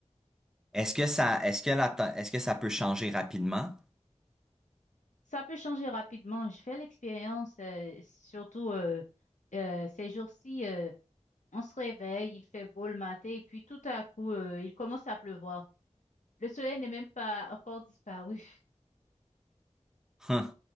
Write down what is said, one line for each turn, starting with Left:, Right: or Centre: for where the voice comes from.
Centre: Est-ce que ça, est-ce que la, te- est-ce que ça peut changer rapidement?
Left: Ça peut changer rapidement. Je fais l'expérience, euh, surtout euh, euh, ces jours-ci. euh, on se réveille, il fait beau le matin et puis tout à coup, euh, il commence à pleuvoir. Le soleil n'est même pas encore disparu. <laughs>
Centre: Hum,